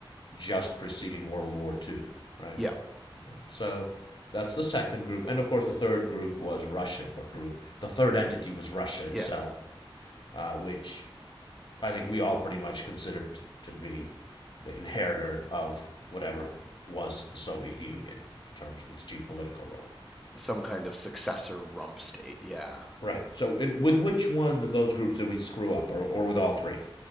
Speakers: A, on the left; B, in the centre.
A: just preceding World War II, right?
B: yeah,
A: So that's the second group. And of course, the third group was Russia, or group. The third entity was Russia itself,
B: yeah.
A: uh, which I think we all pretty much considered to be the inheritor of whatever was the Soviet Union in terms of its geopolitical role.
B: Some kind of successor rump state. Yeah.
A: Right. So, in, with which one of those groups did we screw up, or, or with all three?